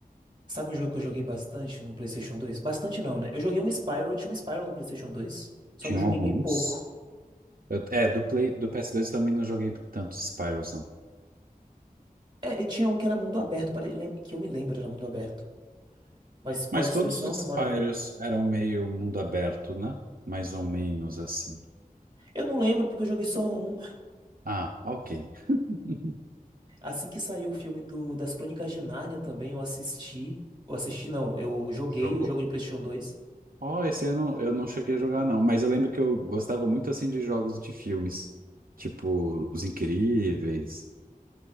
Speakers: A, on the right; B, on the right.
A: Sabe um jogo que eu joguei bastante no PlayStation 2? Bastante não, né? Eu joguei um Spyro, tinha um Spyro no PlayStation 2. Só
B: Tinham
A: que eu joguei
B: alguns.
A: bem pouco.
B: Eu- é, do Play, do PS2 eu também não joguei tantos Spyros, não.
A: É, e tinha um que era mundo aberto, pare- lem- que eu me lembro era mundo aberto. Mas pode
B: Mas todos
A: ser só
B: os
A: a memória
B: Spyros
A: minha.
B: eram meio mundo aberto, né? Mais ou menos assim.
A: Eu não lembro porque eu joguei só um.
B: Ah, ok. <laughs>
A: Assim que saiu o filme do, das Crônicas de Nárnia também, eu assisti. Eu assisti, não, eu joguei
B: Jogou.
A: o jogo de PlayStation 2.
B: Ó, esse eu não, eu não cheguei a jogar, não. Mas eu lembro que eu gostava muito, assim, de jogos de filmes. Tipo, Os Incríveis.